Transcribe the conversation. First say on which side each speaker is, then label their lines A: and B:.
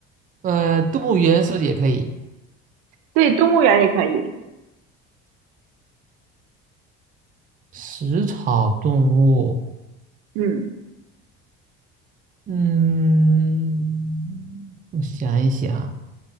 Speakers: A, on the right; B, on the right.
A: 呃，动物园是不是也可以？
B: 对，动物园也可以。
A: 食草动物，
B: 嗯
A: 嗯，我想一想，